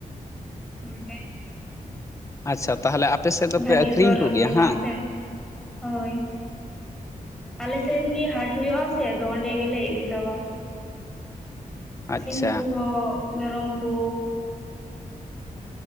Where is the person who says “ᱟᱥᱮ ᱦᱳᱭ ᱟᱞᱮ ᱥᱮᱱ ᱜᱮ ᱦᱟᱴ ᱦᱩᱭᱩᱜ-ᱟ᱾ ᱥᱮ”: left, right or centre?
Centre